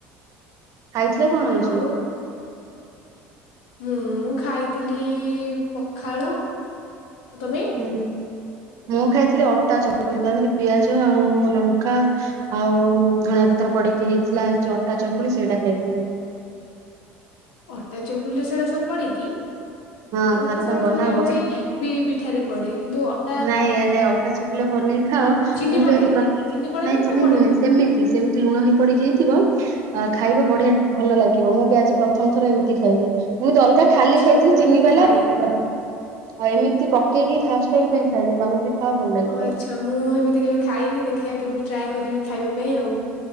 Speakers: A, on the right; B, on the left.
A: ଖାଇଥିଲ କଣ?
B: ଆଉ
A: ଆଜି?
B: ମୁଁ ଖାଇଥିଲି ପଖାଳ ତମେ?
A: ହୁଁ ମୁଁ ଖାଇଥିଲି ଅଟା ଚକୁଳି ତା ଦେହରେ ପିଆଜ ଆଉ ଲଙ୍କା। ଆଉ ଧଣିଆ ପତ୍ର ପଡିକି ହେଇଥିଲା ଅଟା ଚକୁଳି ସେଇଟା ଖାଇଥିଲି।
B: ଅଟା ଚକୁଳିରେ ସେଗୁଡା ସବୁ ପଡେ କିି
A: ହଁ
B: ମୁଁ
A: ଥରେ
B: ତ ସେଗୁଡା
A: ତମେ ବନାଅ
B: ସବୁ ଜାଣିଛି
A: ବଢି
B: ବିରି ପିଠାରେ ପଡେ କିନ୍ତୁ ଅ
A: ନାଇଁ ୟା ନାଇଁ ଅଟା ଚକୁଳିରେ ବନେଇ ଖାଅ
B: ଚିନି
A: ମୁଁ
B: ପଡେ
A: ବି ଆଜି ପ୍ର
B: ଚିନି ପଡେ
A: ନାଇଁ
B: ନା
A: ଚିନି
B: ନା ପଡେନି
A: ନୁହେଁ ସେମିତି କି ସେମିତି ଲୁଣ ହିଁ ପଡିକି ହେଇଥିବ ଆ ଖାଇବ ବଢିଆ ଭଲ ଲାଗିବ ମୁଁ ବି ଆଜି ପ୍ରଥମ ଥର ଏମିତି ଖାଇଲି। ମୁଁ ତ ଅଲଗା ଖାଲି
B: ଆଚ୍ଛା
A: ଖାଇଥିଲି
B: ମୁଁ କେବେ
A: ଚିନି ବାଲା
B: ଖାଇ
A: <unintelligible> ଆଉ ଏମିତି ପକେଇକି ଫାଷ୍ଟ ଟାଇମ ପାଇଁ ଖାଇଲି ତମେ ବି ଖାଅ ଭଲ ଲାଗିବ।
B: ଓ ଆଚ୍ଛା ମୁଁ ହେମିତି କେବେ ଖାଇନି ଦେଖିବା କେବେ ଟ୍ରାଏ କରିବି ଖାଇବା ପାଇଁ ଆଉ।